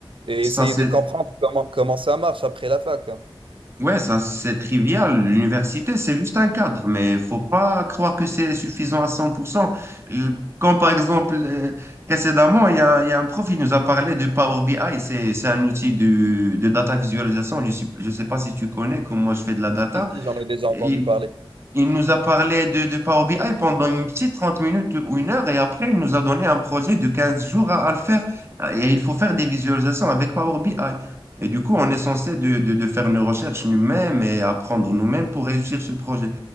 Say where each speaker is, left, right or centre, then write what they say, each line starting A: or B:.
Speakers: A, on the right (about 65°); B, on the right (about 30°).
A: et
B: ça
A: essayer
B: c'est
A: de comprendre comment, comment ça marche après la fac.
B: ouais, ça c'est trivial. L'université, c'est juste un cadre, mais faut pas croire que c'est suffisant à 100%. Euh, Quand par exemple, euh, précédemment, il y a, il y a un prof qui nous a parlé de Power BI. C'est, c'est un outil de, de data visualisation. Je ne je sais pas si tu connais, comme moi je fais de la data.
A: Si, si, j'en ai déjà
B: Et
A: entendu parler.
B: Il nous a parlé de, de Power BI pendant une petite 30 minutes ou une heure et après, il nous a donné un projet de 15 jours à, à le faire. Et il faut faire des visualisations avec Power BI. Et du coup, on est censé de, de- de faire nos recherches nous-mêmes et apprendre nous-mêmes pour réussir ce projet.